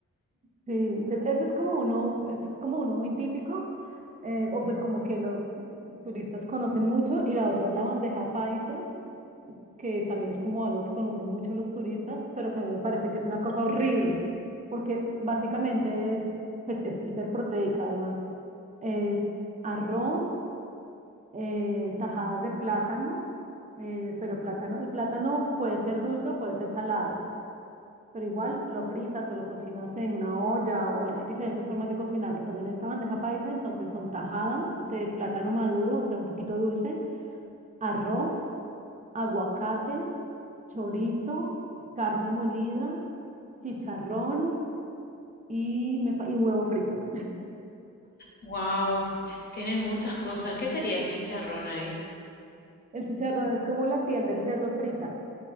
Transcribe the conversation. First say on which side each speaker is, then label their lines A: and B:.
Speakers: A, on the right; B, on the left.
A: sí, entonces ese es como uno, es como uno muy típico, eh, o pues como que los turistas conocen mucho, y la otra es la bandeja paisa que también es como algo que conocen mucho los turistas, pero que a mí me parece que es una cosa horrible, porque básicamente es, pues es hiperproteica además. Es arroz, eh, tajadas de plátano, eh, pero plátano, el plátano puede ser dulce o puede ser salado, pero igual lo fritas o lo cocinas en una olla, o bueno, hay diferentes formas de cocinarlo, pero en esta bandeja paisa entonces son tajadas de plátano maduro, o sea, un poquito dulce, arroz aguacate, chorizo, carne molida, chicharrón y, me fa- y huevo frito.
B: Wow, tienes muchas cosas. ¿Qué sería chicharrón ahí?
A: El chicharrón es como la piel del cerdo frita.